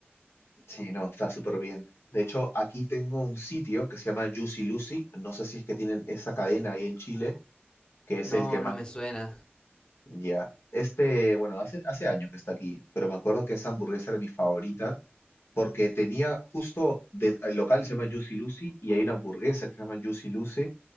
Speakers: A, on the left; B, on the left.
A: Sí, no, está súper bien. De hecho, aquí tengo un sitio que se llama Juicy Lucy. No sé si es que tienen esa cadena ahí en Chile, que es
B: No,
A: el que más
B: no me suena.
A: Ya. Este, bueno, hace, hace años que está aquí, pero me acuerdo que esa hamburguesa era mi favorita porque tenía justo de- el local se llama Juicy Lucy y hay una hamburguesa que se llama Juicy Lucy